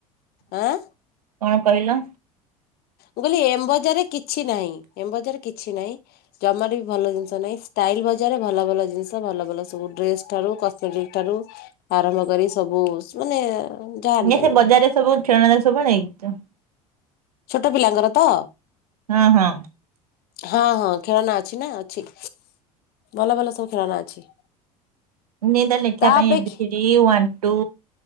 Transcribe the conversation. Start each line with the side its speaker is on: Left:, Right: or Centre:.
Left: ଆଁ।
Right: କଣ କହିଲ?
Left: ମୁଁ କହିଲି ଏମ୍ ବଜାରରେ କିଛି ନାହିଁ ଏମ୍ ବଜାରରେ କିଛି ନାହିଁ। ଜମାରୁ ବି ଭଲ ଜିନିଷ ନାହିଁ ଷ୍ଟାଇଲ ବଜାରରେ ଭଲ ଭଲ ଜିନିଷ ଭଲ ଭଲ ସବୁ ଡ୍ରେସ୍ ଠାରୁ କସ୍ମେଟିକ ଠାରୁ ଆରମ୍ଭ କରି ସବୁ ମାନେ ଯାହା ଆଣିପାରିବ।
Right: ଆଜ୍ଞା ସେ ବଜାରରେ ସବୁ ଖେଳନା ସବୁ <unintelligible>
Left: ଛୋଟ ପିଲାଙ୍କର ତ
Right: ହଁ ହଁ।
Left: ହଁ ହଁ ଖେଳନା ଅଛି ନା ଅଛି। ଭଲ ଭଲ ସବୁ ଖେଳନା ଅଛି।
Right: <unintelligible> ଲେଖିବା
Left: ତା
Right: ପାଇଁ
Left: ଅପେକ୍ଷା
Right: ଏ B C D one two